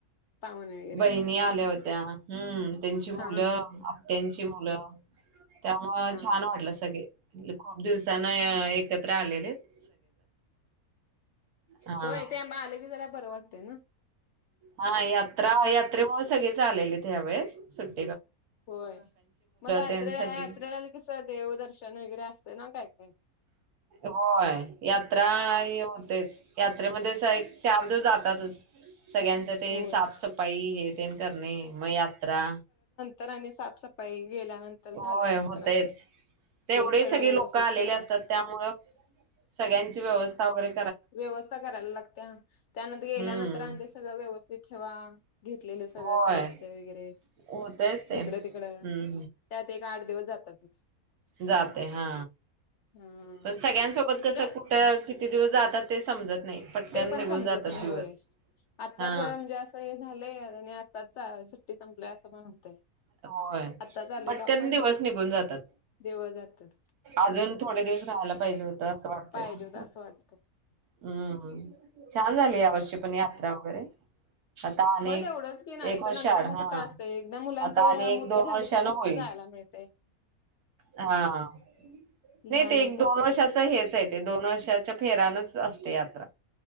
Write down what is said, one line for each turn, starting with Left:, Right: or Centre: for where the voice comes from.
Left: पाहुणे वगैरे
Right: बहिणी
Left: असतील हा
Right: आल्या होत्या, हं त्यांची मुलं,
Left: हा हा
Right: आत्यांची मुलं त्यामुळ
Left: हा
Right: छान वाटलं सगळे नले खूप दिवस त्यान य
Left: हा हा
Right: एकत्र आलेलेत. हा
Left: होय ते आंबा आलं की जरा बरं वाटतय ना?
Right: हा यात्रा यात्रेमुळे सगळेच आलेलेत ह्या वेळेस सुट्ट
Left: होय मग यात्रे
Right: त्यां सगळी
Left: यात्रेला कस देव दर्शन वेगरे असतं ना काय काय.
Right: होय. यात्रा हे होतेच यात्रेमध्ये कस एक चार दिवस जातातच सगळ्यांचं ते
Left: होय.
Right: साफसफाई हे तेन करणे म यात्रा.
Left: तर आणि साफसफाई गेल्यानंतर झाल्यानंतर
Right: होय होतयच
Left: आणि
Right: ते एवढे
Left: सगळं
Right: सगळे
Left: व्यवस्थित
Right: लोक आलेले
Left: ठेवा
Right: असतात त्यामुळ सगळ्यांची व्यवस्था वगरे
Left: व्यवस्था करायला लागत्या त्यानंत
Right: हम्म
Left: गेल्यानंतर आणि ते सगळं व्यवस्थित ठेवा घेतलेलं सगळं
Right: होय
Left: साहित्य वेगरे
Right: होतयच ते
Left: जिकड
Right: हम्म
Left: तिकड त्यात एक आठ दिवस जात त्यातच
Right: जातय हा
Left: हा.
Right: पण सगळ्यांसोबत
Left: कुठलं
Right: कसं कुठं कित किती दिवस जातात ते समजत नाही पटकन
Left: ते पण
Right: निघून
Left: समजत
Right: जातात
Left: नाही
Right: दिवस
Left: होय आताच
Right: हा
Left: म्हणजे असं हे झालंय आणि आताच सुट्टी संपलाय अस पण होतंय
Right: होय
Left: आत्ताच आलेलो
Right: पटकन
Left: आपण
Right: दिवस निघून जातात,
Left: देवळ जातात
Right: अजून थोडे दिवस राहायला पाहिज होते तस वाटते
Left: पाहिजे
Right: म
Left: होत असं वाटतंय.
Right: हम्म छान झाली या वर्षी पण यात्रा वगैरे आता अनेक
Left: हो तेवढंच की नाही
Right: एक वर्ष
Left: तर नंतर
Right: आड
Left: मग
Right: हा
Left: कुठं असतंय एकदा मुलांच
Right: आणि एक
Left: मोठी
Right: दोन
Left: झाली
Right: वर्षान
Left: की मग कुठं
Right: होईल,
Left: जायला मिळतंय.
Right: हा नाही
Left: लहान
Right: ते एक
Left: आहे
Right: दोन
Left: तोपर्यंत
Right: वर्षाच हेच आहे ते दोन वर्षाच्या फेरानच असते यात्रा